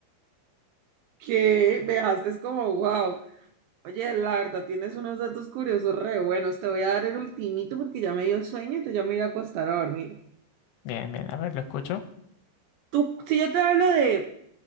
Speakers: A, on the right; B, on the left.
A: Que me dejaste es como, wow. Oye, la verdad, tienes unos datos curiosos re buenos. Te voy a dar el ultimito porque ya me dio sueño, entonces ya me voy a ir a acostar a dormir.
B: Bien, bien, a ver, lo escucho.
A: Tú, si yo te hablo de...